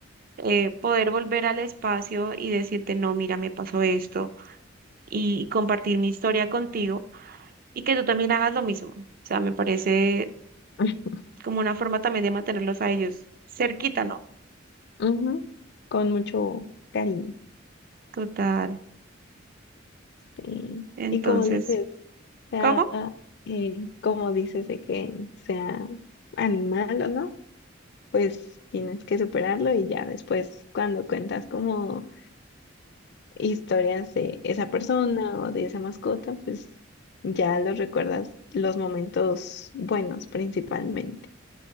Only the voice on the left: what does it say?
<laughs>
Ujú, Con mucho cariño.
sí.
Y como dices, sea,
eh, como dices de que sea animal o no pues tienes que superarlo y ya después cuando cuentas como historias de esa persona o de esa mascota, pues ya los recuerdas los momentos buenos principalmente.